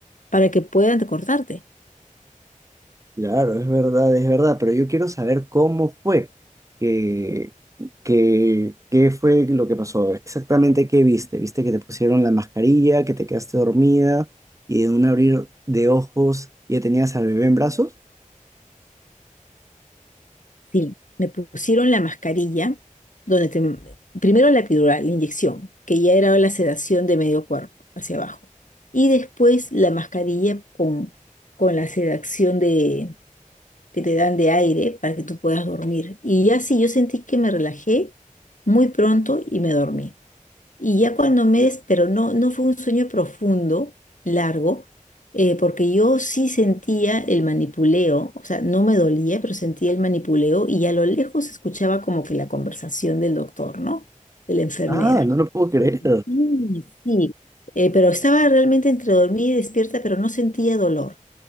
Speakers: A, on the left; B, on the right.
A: para que puedan cortarte.
B: Claro, es verdad, es verdad, pero yo quiero saber cómo fue, que, que, qué fue lo que pasó, exactamente qué viste. ¿Viste que te pusieron la mascarilla, que te quedaste dormida y de un abrir de ojos ya tenías al bebé en brazos?
A: Sí, me pusieron la mascarilla, donde te, primero la epidural, la inyección, que ya era la sedación de medio cuerpo hacia abajo. Y después la mascarilla con, con la sedación de, que te dan de aire para que tú puedas dormir. Y ya sí, yo sentí que me relajé muy pronto y me dormí. Y ya cuando me des, pero no, no fue un sueño profundo, largo, eh, porque yo sí sentía el manipuleo, o sea, no me dolía, pero sentía el manipuleo y a lo lejos escuchaba como que la conversación del doctor, ¿no? De la enfermera.
B: Ah, no lo puedo creer.
A: Sí, sí. Eh, pero estaba realmente entre dormida y despierta, pero no sentía dolor.